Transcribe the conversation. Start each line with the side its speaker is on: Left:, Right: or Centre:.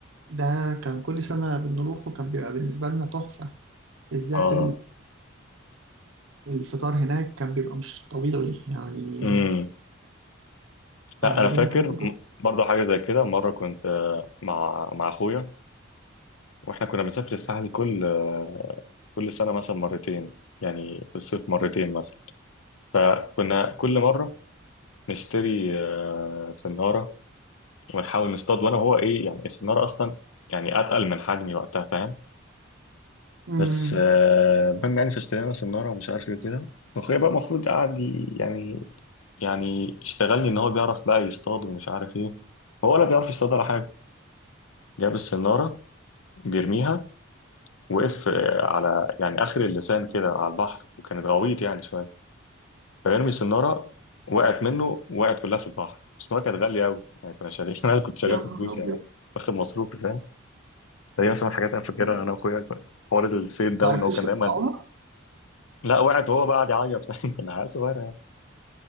Right: ده كان كل سنة بنروحه كان بيبقى بالنسبة لنا تحفة بالذات
Left: اه
Right: الفطار هناك كان بيبقى مش طبيعي يعني
Left: امم
Right: فدي
Left: لا أنا فاكر
Right: من الحاجات اللي
Left: م-
Right: كنت
Left: برضه حاجة زي كده مرة كنت آه، مع مع أخويا وإحنا كنا بنسافر الساحل كل آه، كل سنة مثلا مرتين يعني في الصيف مرتين مثلا فكنا كل مرة نشتري آه، سنارة ونحاول نصطاد وانا هو ايه يعني السناره اصلا يعني اتقل من حجمي وقتها فاهم
Right: مم.
Left: بس آه، المهم يعني فاشترينا سناره ومش عارف ايه كده واخويا بقى المفروض قاعد ي- يعني يعني يشتغلني ان هو بيعرف بقى يصطاد ومش عارف ايه هو ولا بيعرف يصطاد ولا حاجه جاب السناره بيرميها وقف آه، على يعني اخر اللسان كده على البحر وكانت غويط يعني شويه فيرمي السناره وقعت منه وقعت كلها في البحر السناره كانت غاليه قوي يعني كنا شاريين <laughs> انا كنت شاريها
Right: يا
Left: بفلوس
Right: نهار أبيض
Left: يعني واخد مصروفي فاهم هي مثلا الحاجات انا فاكرها
Right: يا نهار-
Left: انا واخويا حوار الصيد ده
Right: ما
Left: وان
Right: عرفتوش
Left: هو كان
Right: تطلعوها؟
Left: دايما لا وقعت وهو بقى قاعد يعيط فاهم <laughs> كنا عيال صغيره يعني